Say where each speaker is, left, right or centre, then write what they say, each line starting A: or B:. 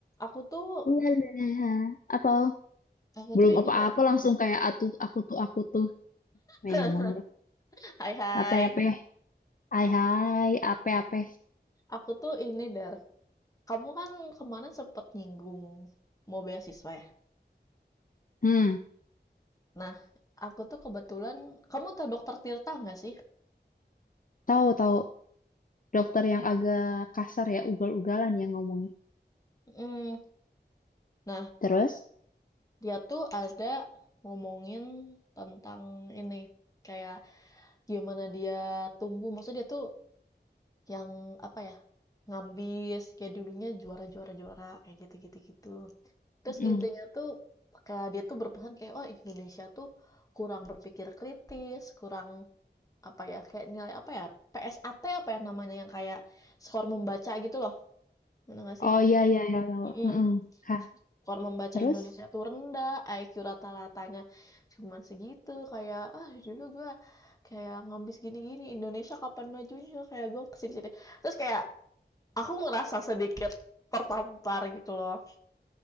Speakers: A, on the left (about 20°); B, on the left (about 50°).
A: Aku tuh,
B: Ulalala. Apa
A: aku
B: belum
A: tuh ini
B: apa-apa
A: ya.
B: langsung kayak atu aku tuh aku tuh memang
A: <laughs>
B: ya.
A: Hai hai.
B: Apa apa? Hai hai, apa apa?
A: Aku tuh ini Dar. Kamu kan kemarin sempet nyinggung mau beasiswa ya.
B: Hmm,
A: Nah, aku tuh kebetulan, kamu tau Dokter Tirta nggak sih?
B: tahu tahu dokter yang agak kasar ya, ugal-ugalan yang ngomongnya.
A: Mm. Nah,
B: Terus?
A: dia tuh ada ngomongin tentang ini kayak gimana dia tumbuh. Maksudnya dia tuh yang apa ya? Ngambis kayak dulunya juara juara juara kayak gitu gitu gitu. Terus
B: Mm.
A: intinya tuh kayak dia tuh berpesan kayak wah Indonesia tuh kurang berpikir kritis, kurang apa ya kayak nilai apa ya PSAT apa ya namanya yang kayak skor membaca gitu loh. Bener gak sih?
B: Oh iya iya iya tahu.
A: Mm-mm.
B: Mm-mm. Hah,
A: Skor membaca
B: terus?
A: Indonesia tuh rendah, IQ rata-ratanya cuman segitu. Kayak ah dulu gua kayak ngambis gini-gini Indonesia kapan majunya kayak gua kesini-sini. Terus kayak aku ngerasa sedikit tertampar gitu loh.